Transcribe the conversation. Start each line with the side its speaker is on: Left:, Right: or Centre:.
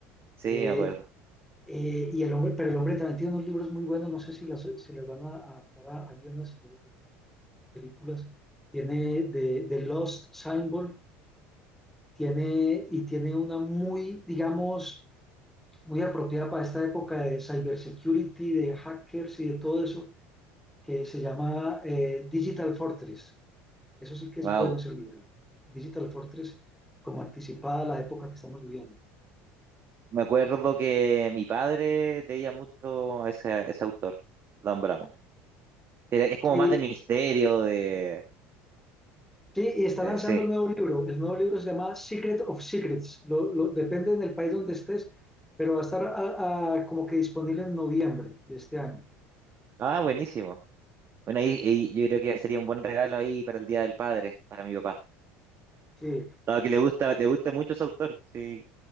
Right: sí,
Centre: Eh,
Right: me acuerdo.
Centre: eh, y el hombre, pero el hombre también tiene unos libros muy buenos, no sé si las, si las van a adaptar a, a guiones de, de películas. Tiene de, de Lost Symbol, tiene, y tiene una muy, digamos, muy apropiada para esta época de cybersecurity, de hackers y de todo eso, que se llama eh, Digital Fortress. Eso sí que es
Right: Wow.
Centre: bueno ese libro. Digital Fortress, como anticipada a la época que estamos viviendo.
Right: Me acuerdo que mi padre leía mucho a ese, a ese autor, Dan Brown. era es como
Centre: Sí,
Right: más de misterio, de...
Centre: sí, y está
Right: eh,
Centre: lanzando
Right: sí.
Centre: el nuevo libro. El nuevo libro se llama Secret of Secrets. Lo, lo- depende del país donde estés, pero va a estar a- a- como que disponible en noviembre de este año.
Right: Ah, buenísimo. Bueno, ahí, ahí yo creo que sería un buen regalo ahí para el Día del Padre, para mi papá.
Centre: Sí,
Right: Dado que le gusta, le gusta mucho ese autor. Sí.